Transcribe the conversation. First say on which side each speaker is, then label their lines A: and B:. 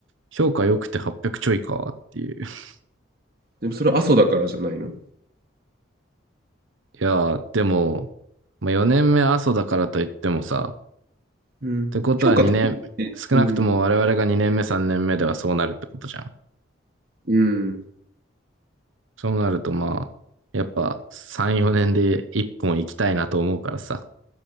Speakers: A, on the right; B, on the right.
A: 評価良くて800ちょいかっていう。<laughs>
B: でもそれは阿蘇だからじゃないの
A: いやー、でも、まあ、4年目阿蘇だからといってもさ、ってことは2年、
B: うん。評価足りないね。
A: 少なくとも我々が2年目3年目ではそうなるってことじゃん。
B: うん。うん。
A: そうなるとまあ、やっぱ3、4年で1本行きたいなと思うからさ、